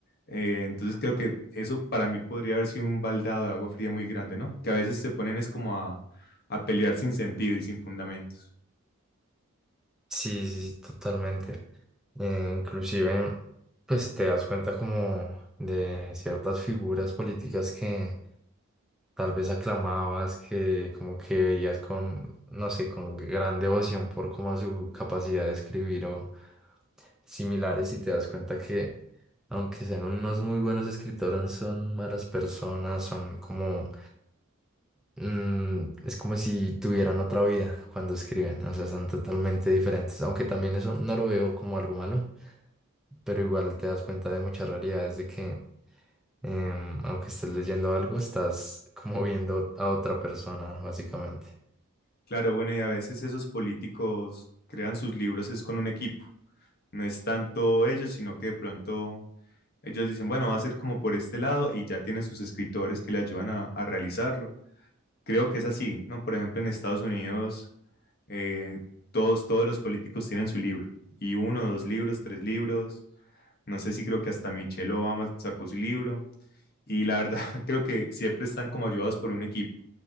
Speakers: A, on the left; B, in the centre.
A: Eh, entonces creo que eso para mí podría haber sido un baldado de agua fría muy grande, ¿no? Que a veces se ponen es como a, a pelear sin sentido y sin fundamentos.
B: Sí, sí, sí, totalmente. Eh, inclusive, pues te das cuenta como de ciertas figuras políticas que tal vez aclamabas, que como que veías con, no sé, con gran devoción por como su capacidad de escribir o similares y te das cuenta que aunque sean unos muy buenos escritores, son malas personas, son como Mm, es como si tuvieran otra vida cuando escriben, o sea, son totalmente diferentes, aunque también eso no lo veo como algo malo, pero igual te das cuenta de muchas realidades de que em, aunque estés leyendo algo, estás como viendo a otra persona, básicamente.
A: Claro, bueno, y a veces esos políticos crean sus libros es con un equipo. No es tanto ellos, sino que de pronto ellos dicen, bueno, va a ser como por este lado y ya tienen sus escritores que le ayudan a, a realizarlo. Creo que es así, ¿no? Por ejemplo, en Estados Unidos, eh, todos, todos los políticos tienen su libro y uno, dos libros, tres libros. No sé si creo que hasta Michelle Obama sacó su libro. Y la verdad, <laughs> creo que siempre están como ayudados por un equipo.